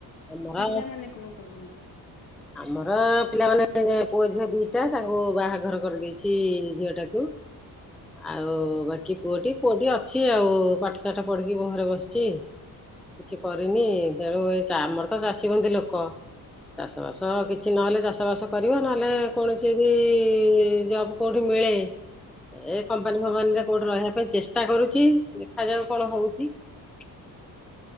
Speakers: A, in the centre; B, on the left.
A: ଆମର
B: ପିଲାମାନେ କଣ କରୁଛନ୍ତି?
A: ଆମର ପିଲାମାନେ ପୁଅ ଝିଅ ଦିଟା, ତାଙ୍କୁ ବାହାଘର କରିଦେଇଛି ଝିଅ ଟାକୁ। ଆଉ ବାକି ପୁଅଟି, ପୁଅଟି ଅଛି ଆଉ ପାଠ ସାାଠ ପଢିକି ଘରେ ବସିଛି। କିଛି କରିନି, ଯାଉ ଏ ଆମର ତ ଚାଷୀ ମନ୍ଦି ଲୋକ। ଚାଷବାସ କିଛି ନହେଲେ, ଚାଷବାସ କରିବ ନହେଲେ, କୌଣସି ବି ଜବ୍ କେଉଁଠି ମିଳେ? ଏ କମ୍ପାନୀ ଫମ୍ପାନୀରେ କୋଉଠି ରହିବା ପାଇଁ ଚେଷ୍ଟା କରୁଛି, ଦେଖାଯାଉ କଣ ହଉଛି? <inaudible>